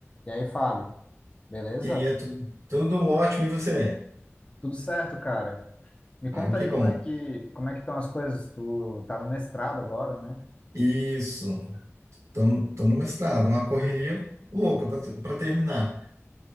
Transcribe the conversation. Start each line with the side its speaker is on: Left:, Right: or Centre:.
Left: E aí, Fábio, beleza?
Right: E aí, é tu- tudo ótimo, e você?
Left: Tudo certo, cara? Me conta
Right: Ah, que
Left: aí
Right: bom.
Left: como é que como é que estão as coisas? Tu tá no mestrado agora, né?
Right: Isso, tô no, tô no mestrado, uma correria louca para terminar.